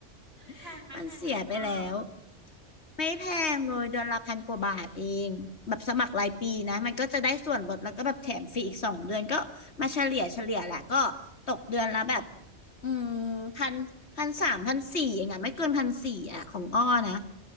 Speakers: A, on the right; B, on the left.
A: แพงไหมแพงไหมคุณอ้อ
B: <laughs> มันเสียไปแล้วไม่แพงเลยเดือนละพันกว่าบาทเองแบบสมัครรายปีนะมันก็จะได้ส่วนลดแล้วก็แบบแถมฟรีอีกสองเดือนก็มาเฉลี่ยเฉลี่ยแหละก็ตกเดือนละแบบอืมพันพันสามพันสี่เองอะไม่เกินพันสี่อะของอ้อนะ